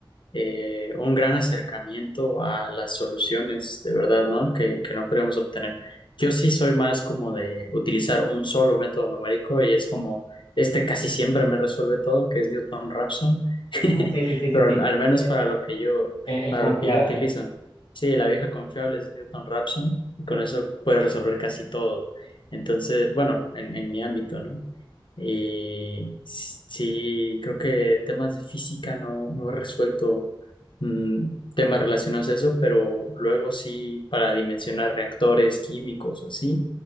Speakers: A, on the left; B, on the left.
A: eh, un gran acercamiento a las soluciones de verdad, ¿no? Que, que no podríamos obtener. Yo sí soy más como de utilizar un solo método numérico y es como, este casi siempre me resuelve todo, que es Newton-Raphson, <laughs>
B: Ah, sí, sí, sí, sí,
A: pero
B: sí.
A: al, al menos
B: Epa.
A: para lo que yo,
B: Eh, el
A: para
B: confiable.
A: lo que yo utilizo. Sí, la vieja confiable es Newton-Raphson y con eso puedes resolver casi todo. Entonces, bueno, en, en mi ámbito, ¿no? Y sí, creo que temas de física no, no he resuelto mm, temas relacionados a eso, pero luego sí, para dimensionar reactores químicos o así,